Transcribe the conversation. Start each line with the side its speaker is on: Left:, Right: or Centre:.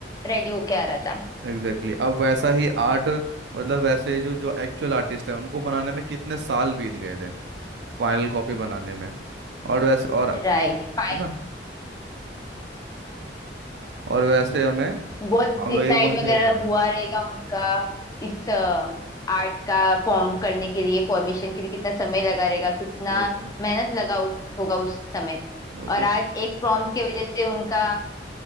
Left: रेडी होके आ रहा था
Right: Exactly exactly. अब वैसा ही आर्ट मतलब वैसे जो जो एक्चुअल आर्टिस्ट है उनको बनाने में कितने साल बीत गए थे फाइनल कॉपी बनाने में और वैसे और है
Left: Right fine
Right: ना और वैसे हमें
Left: बहुत
Right: हम
Left: डिसाइड
Right: लोग एक बार
Left: वगैरह
Right: क्या कर
Left: हुआ
Right: गए
Left: रहेगा उनका इस आर्ट का फॉर्म करने के लिए फॉर्मेशन के लिए कितना समय लगा रहेगा कितना
Right: वही तो
Left: मेहनत लगा हु- होगा उस समय
Right: वही
Left: और
Right: तो
Left: आज एक प्रॉम्प्ट की वजह से उनका